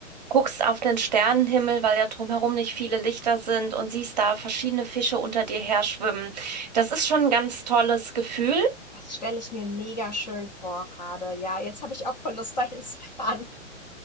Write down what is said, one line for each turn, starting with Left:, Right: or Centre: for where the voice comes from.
Right: guckst auf den Sternenhimmel, weil ja drumherum nicht viele Lichter sind und siehst da verschiedene Fische unter dir her schwimmen. Das ist schon ein ganz tolles Gefühl.
Left: Das stelle ich mir mega schön vor gerade. Ja, jetzt habe ich auch voll Lust, <laughs> dahin zu fahren.